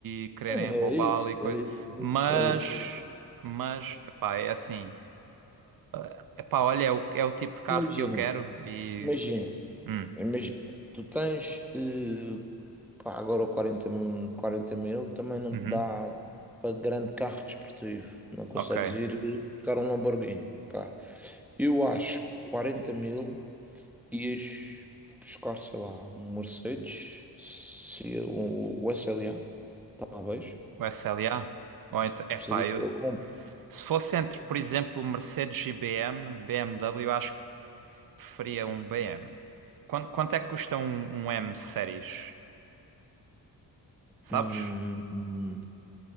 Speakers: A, on the right; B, in the centre.
A: e quererem
B: É
A: roubá-lo
B: isso,
A: e coisa.
B: é isso, é
A: Mas,
B: isso. é isso.
A: mas, é pá, é assim. é epá, olha, é o, é o tipo de carro
B: Imagina,
A: que eu quero e.
B: imagina,
A: hum,
B: imagina. Tu tens, eh, pá, agora o quarenta m- 40 mil também não
A: uhum,
B: te dá para grande carro desportivo. Não consegues
A: ok.
B: ir eh, buscar um Lamborghini, pá. Eu acho que 40 mil ias buscar, sei lá, um Mercedes, se, um, o S L A talvez.
A: O SLA? Ou então, epá,
B: Seria
A: eu,
B: boa compra.
A: se fosse entre, por exemplo, Mercedes e BM, BMW, eu acho que preferia um BM. Quanto, quanto é que custa um, um M Series? Sabes?
B: Hum, hum.